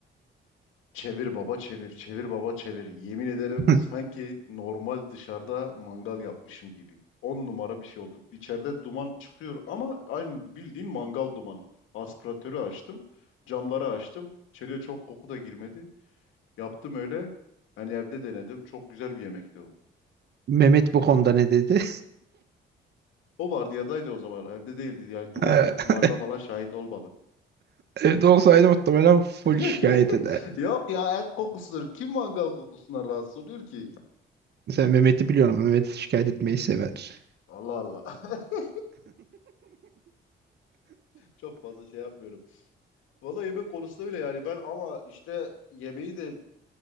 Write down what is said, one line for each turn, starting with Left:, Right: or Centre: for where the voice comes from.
Left: Çevir baba çevir, çevir baba çevir. Yemin ederim
Right: <laughs>
Left: sanki normal dışarıda mangal yapmışım gibi. On numara bir şey oldu. İçeride duman çıkıyor ama aynı bildiğin mangal dumanı. Aspiratörü açtım, camları açtım. İçeriye çok koku da girmedi. Yaptım öyle. Yani evde denedim. Çok güzel bir yemekti o.
Right: Mehmet bu konuda ne dedi?
Left: O vardiyadaydı o zaman. Evde değildi. Yani duman
Right: <laughs>
Left: kokularına
Right: He.
Left: falan şahit olmadı.
Right: Evde olsaydı muhtemelen full
Left: <laughs>
Right: şikayet eder.
Left: Yok ya et kokusudur. Kim mangal kokusundan rahatsız oluyor ki?
Right: Sen Mehmet'i biliyorum. Mehmet şikayet etmeyi sever.
Left: Allah Allah. <laughs> Çok fazla şey yapmıyorum. Valla yemek konusunda öyle yani ben ama işte yemeği de